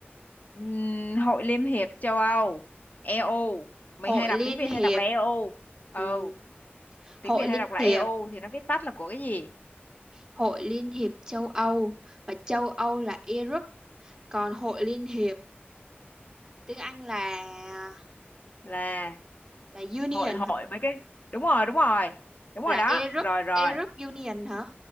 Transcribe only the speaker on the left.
ừm, Hội Liên hiệp châu Âu, EU. Mình
hay đọc
tiếng Việt
hay đọc là EU. Ừ,
tiếng
Việt hay
đọc là
EU thì nó viết tắt là của cái gì?
Là
hội hội
mấy cái. Đúng rồi, đúng rồi. Đúng rồi
đó.
Rồi rồi.